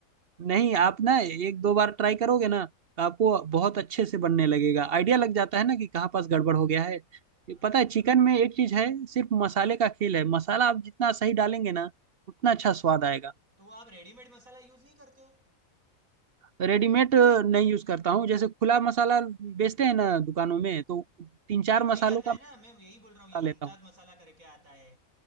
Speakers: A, on the right; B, on the right.
A: नहीं आप ना एक दो बार ट्राई करोगे ना तो आपको बहुत अच्छे से बनने लगेगा आइडिया लग जाता है ना कि कहाँ पास गड़बड़ हो गया है
B: हाँ
A: ये पता
B: भाई।
A: है चिकन में एक चीज है सिर्फ मसाले का खेल है मसाला आप जितना सही डालेंगे ना उतना अच्छा स्वाद
B: हुँ,
A: आएगा
B: तो आप रेडीमेड मसाला यूज़ नहीं करते हो?
A: रेडीमेड अ, नहीं यूज करता हूँ जैसे खुला मसाला बेचते हैं ना दुकानों में तो तीन चार
B: नहीं वही
A: मसालों
B: आता
A: का
B: है
A: मसाला
B: ना मैं यही बोल रहा हूँ ये मुमताज
A: लेता हूँ
B: मसाला करके आता है